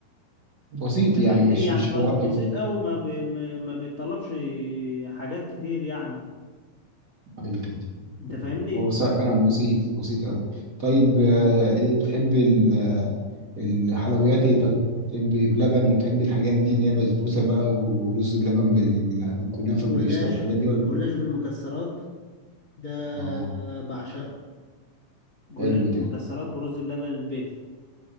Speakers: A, on the right (about 30°); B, on the left (about 65°).
A: بسيط
B: أنت
A: يعني
B: فاهمني
A: مش
B: يعني
A: مش
B: ب-
A: حوار كبير
B: بسيط أوي ما, بي ما ما بيتطلبش حاجات كتير يعني
A: ايوه
B: انت
A: أيوة.
B: فاهمني
A: هو صع- فعلا بسيط بسيط قوي طيب آه، ايه بتحب ال... الحلويات ايه طيب تحبي بلبن وتحبي الحاجات دي اللي هي بسبوسه بقى ورز بلبن بال... بالكنافه
B: جلاش
A: بالقشطه والحاجات دي ولا
B: الجلاش بالمكسرات ده
A: اه
B: بعشقه جلاش
A: حلو
B: بالمكسرات
A: ده
B: ورز بلبن البيت